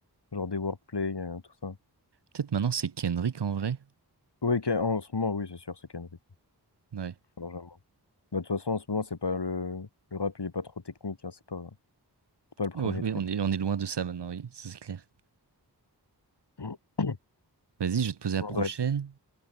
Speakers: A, on the left; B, on the right.
A: genre des wordplay, euh, tout ça.
B: Peut-être maintenant c'est Kendrick en vrai.
A: Oui, Ken- en ce moment, oui, c'est sûr, c'est Kendrick.
B: Ouais.
A: Alors, j'avoue. Bah, de toute façon, en ce moment, c'est pas le, le rap, il est pas trop technique, hein, c'est pas, c'est pas le premier
B: Ouais, oui,
A: truc.
B: on est, on est loin de ça maintenant, oui, ça, c'est clair.
A: <clears throat>
B: Vas-y, je vais te poser la
A: Bon,
B: prochaine.
A: bref,